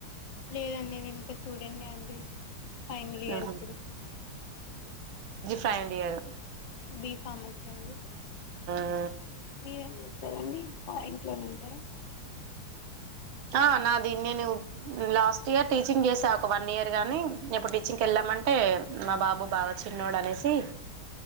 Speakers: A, on the left (about 70°); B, on the right (about 75°).
A: లేదండి నేను ఇంకా స్టూడెంట్నే అండి ఫైనల్ ఇయర్
B: ఉహు
A: ఇప్పుడు
B: ఫైన్లీయారు
A: బి ఫామసీ అండి
B: ఆ
A: మీరేం చేస్తారండి థాంక్ యూ అని అంటరా
B: ఆ నాదీ నేను లాస్ట్ ఇయర్ టీచింగ్ చేసా ఒక వన్ ఇయర్ గాని ఇప్పుడిచింగ్ కెళ్ళామంటే మా బాబు బాగా చ్చిన్నోడు అనేసి